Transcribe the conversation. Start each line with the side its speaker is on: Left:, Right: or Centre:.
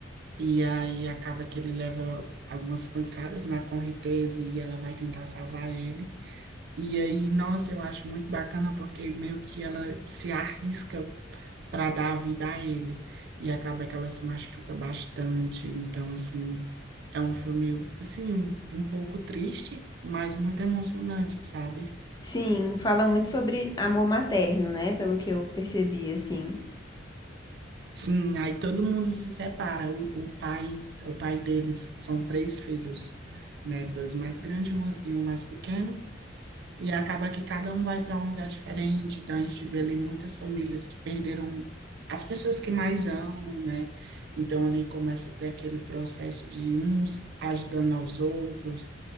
Right: e aí acaba que ele leva algumas pancadas na correnteza e ela vai tentar salvar ele. E aí, nossa, eu acho muito bacana porque meio que ela se arrisca para dar a vida a ele. E acaba que ela se machuca bastante. Então, assim, é um filme, assim, um pouco triste, mas muito emocionante, sabe?
Left: Sim, fala muito sobre amor materno, né? Pelo que eu percebi, assim.
Right: Sim, aí todo mundo se separa. O, o pai, o pai deles são três filhos, né? Dois mais grandes e um e um mais pequeno. E acaba que cada um vai para um lugar diferente, então a gente vê ali muitas famílias que perderam as pessoas que mais amam, né? Então ali começa a ter aquele processo de uns ajudando aos outros.